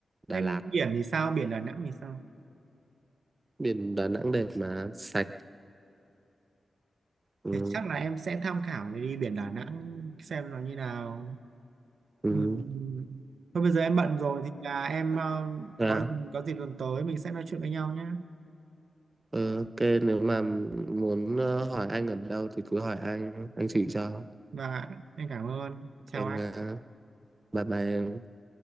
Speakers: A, on the right (about 25°); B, on the right (about 75°).
A: Đà
B: em
A: Lạt
B: biển thì sao biển Đà Nẵng thì sao
A: biển Đà Nẵng đẹp mà sạch ừ.
B: thì chắc là em sẽ tham khảo để đi biển Đà Nẵng xem nó như nào
A: Ừ.
B: ừ. Thôi bây giờ em bận rồi thì là em ờ,
A: Đà,
B: có có gì lần tới mình sẽ nói chuyện với nhau nhé
A: Ờ, ok nếu mà muốn ờ, hỏi anh ở đâu thì cứ hỏi anh anh chỉ cho
B: và anh cảm ơn chào
A: em
B: anh
A: ha bye bye em